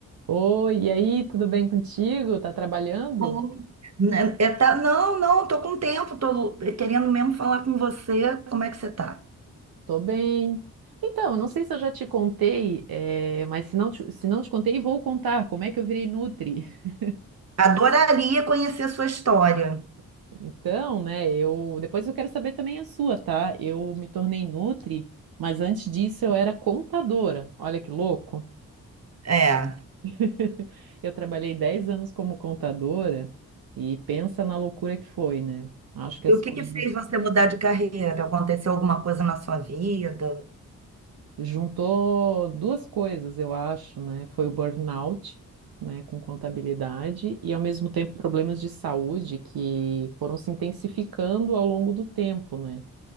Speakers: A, on the right (about 65°); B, on the right (about 40°).
A: Oi, e aí, tudo bem contigo? Tá trabalhando?
B: Oi. Né, é, tá- Não, não, tô com tempo, tô querendo mesmo falar com você. Como é que você tá?
A: Tô bem. Então, eu não sei se eu já te contei, eh, mas se não te, se não te contei, vou contar como é que eu virei Nutri. <laughs>
B: Adoraria conhecer a sua história.
A: Então, né, eu depois eu quero saber também a sua, tá? Eu me tornei Nutri, mas antes disso eu era contadora. Olha que louco.
B: É.
A: <laughs> Eu trabalhei 10 anos como contadora e pensa na loucura que foi, né? Acho que as
B: E o
A: coisas
B: que que fez você mudar de carreira? Aconteceu alguma coisa na sua vida?
A: juntou duas coisas, eu acho, né? Foi o burnout, né, com contabilidade e ao mesmo tempo problemas de saúde que foram se intensificando ao longo do tempo, né?